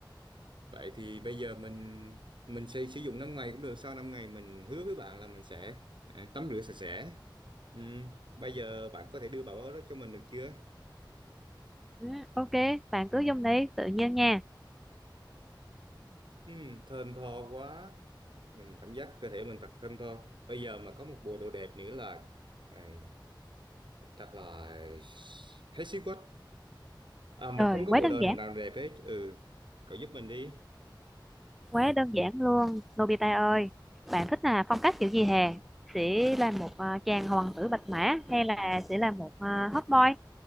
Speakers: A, on the right; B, in the centre.
A: Vậy thì bây giờ mình mình sẽ sử dụng 5 ngày cũng được, sau 5 ngày mình hứa với bạn là mình sẽ ờ, tắm rửa sạch sẽ. Ừ. Bây giờ bạn có thể đưa bảo đó cho mình được chưa?
B: ừ, ok bạn cứ dùng đi tự nhiên nha
A: Ừ, thơm tho quá mình cảm giác cơ thể mình thật thơm tho bây giờ mà có một bộ đồ đẹp nữa là ấy, chắc là hết sức quá à, mình
B: trời
A: không có
B: quá
A: bộ
B: đơn
A: đồ
B: giản
A: nào đẹp hết ừ cậu giúp mình đi
B: quá đơn giản luôn Nobita ơi bạn thích là phong cách kiểu gì hè sẽ là một ờ, chàng hoàng tử bạch mã hay là sẽ là một ờ, hot boy